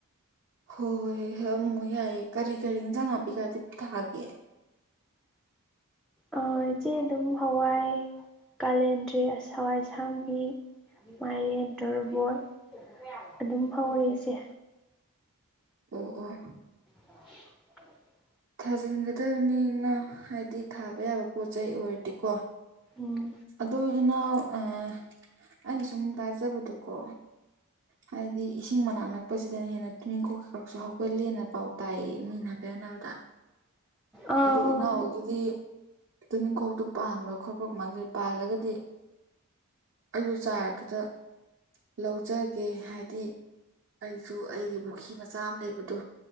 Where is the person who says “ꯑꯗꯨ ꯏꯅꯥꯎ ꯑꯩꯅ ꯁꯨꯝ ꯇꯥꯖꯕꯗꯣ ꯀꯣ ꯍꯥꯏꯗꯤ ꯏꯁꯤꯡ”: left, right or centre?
Right